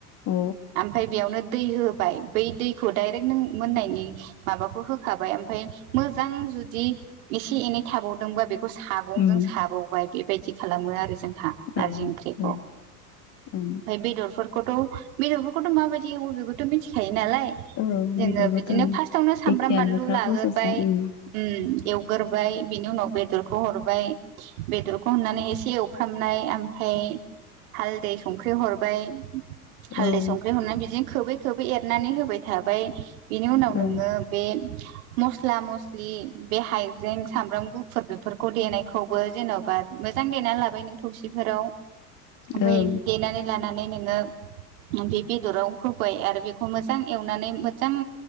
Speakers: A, on the left; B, on the right.
A: औ
B: ओमफ्राय बेयावनो दै होबाय बै दैखौ डाइरेक्ट नों मोननायनि माबाखौ होखाबाय ओमफ्राय मोजां जुदि एसे एनै थाबावदोंबा बेखौ सागंजों
A: उम
B: साबावबाय बेबायदि खालामो आरो जों नारजि
A: औ
B: ओंख्रिखौ
A: ओं ओं
B: बेदरफोर थ' बेदरफोरखौथ' माबायदि बेखौथ' मिथिखायो नालाय
A: औ
B: जोङो
A: बेदरखौथ'
B: बिदिनो
A: ओं
B: फार्स्टावनो सामब्राम
A: एखेयानोखा
B: बानलु लाग्राय
A: प्रसेसा उम
B: उम एवग्रोबाय बिनि उनाव बेदरखौ हर माय बेदरखौ होननानै एसे एवफ्रामनाय ओमफ्राय हालदै संख्रि हरबाय हालदै
A: औ
B: संख्रि हरनानै बिदिनो खोबै खोबै एरनानै होबाय थाबाय बेनि उनाव
A: ओं
B: नोङो बे मस्ला मस्लि बे हायजें सामब्राम गुफुर बे देनायखौबो जेन'बा मोजां देनानै लाबाय नों थौसिफोराव ओमफ्राय
A: ओं
B: देनानै लानानै नोङो बे बेदराव होबाय आरो बेखौ मोजां एवनानै मोजां